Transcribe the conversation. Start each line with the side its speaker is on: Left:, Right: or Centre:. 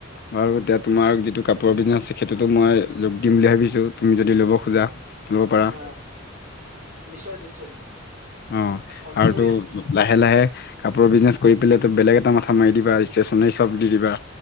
Left: বাৰু এতিয়া তোমাৰ যিটো কাপোৰৰ বিজনেচ আছে সেইটোতো মই যোগ দিম বুলি ভাবিছোঁ
Right: উম
Left: তুমি যদি ল'ব খোজা
Right: অ
Left: ল'ব পাৰা
Right: অ নিশ্চয় নিশ্চয় দিম
Left: অ
Right: কন্টেক্ট
Left: আৰু
Right: কৰি
Left: তো
Right: আছো পিছত
Left: লাহে লাহে কাপোৰৰ বিজনেচ কৰি পেলাই তো বেলেগ এটা মাথা মাৰি দিবা ষ্টেচনাৰী চব
Right: অ
Left: দি দিবা